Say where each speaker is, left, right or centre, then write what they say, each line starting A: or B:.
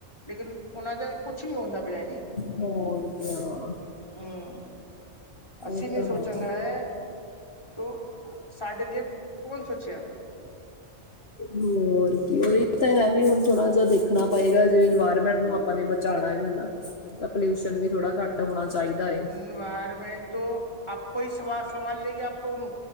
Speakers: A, on the left; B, on the left.
A: ਲੇਕਿਨ ਉਹਨਾਂ ਦੇ ਕੁਛ ਨੀ ਹੁੰਦਾ ਪਿਆ ਜੀ
B: ਹੋਰ ਕਿਆ,
A: ਹੂੰ ਅਸੀਂ
B: ਇਹ
A: ਨੀ
B: ਤਾਂ
A: ਸੋਚਾਂਗੇ
B: ਹੈ
A: ਤੋ ਸਾਡੇ ਲਈ ਕੌਣ ਸੋਚਿਆ,
B: ਹੋਰ ਕੀ ਉਹੀ ਤਾਂ ਐ ਕੀ ਹੁਣ ਥੋੜਾ ਜਹਾ ਦੇਖ ਰੱਖਣਾ ਪਏਗਾ ਜੇ ਇਨਵਾਇਰਮੈਂਟ ਨੂੰ ਆਪਾਂ ਨੇ ਬਚਾਣਾ ਹੇਗਾ। ਸ ਪੋਲਿਊਸ਼ਨ ਵੀ ਥੋੜ੍ਹਾ ਘੱਟ ਹੋਣਾ ਚਾਹੀਦਾ ਐ।
A: ਇਨਵਾਇਰਮੈਂਟ ਤੋਂ ਆਪ ਕੋਈ ਸ ਸਵਾਲ ਸਵਾਲ ਲਗੀ ਆਪ ਉਹ ਨੂੰ